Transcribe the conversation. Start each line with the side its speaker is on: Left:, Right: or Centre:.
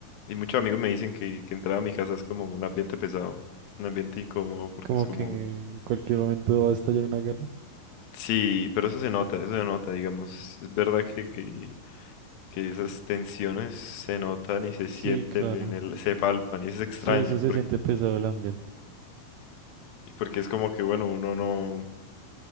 Left: Y muchos amigos me dicen que, que entrar a mi casa es como un ambiente pesado, un ambiente incómodo, porque
Right: Como
Left: es como...
Right: que en cualquier momento va a estallar una guerra.
Left: Sí, pero eso se nota, eso se nota, digamos. Es verdad que, que, que esas tensiones se notan y se sienten
Right: Sí, claro.
Left: en el, se palpan y es extraño,
Right: Sí, eso se
Left: porque,
Right: siente pesado el ambiente.
Left: porque es como que, bueno, uno no...